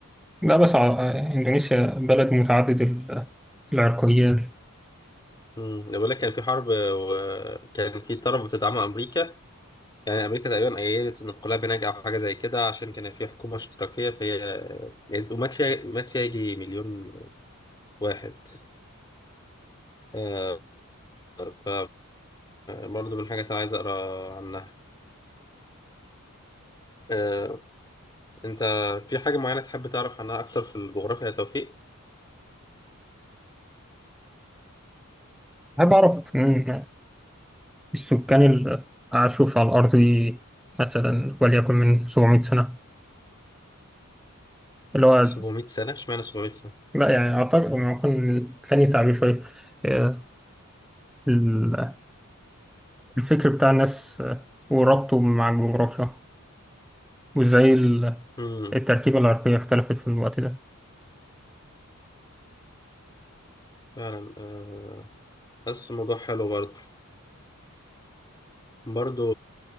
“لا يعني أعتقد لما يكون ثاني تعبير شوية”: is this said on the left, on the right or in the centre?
Centre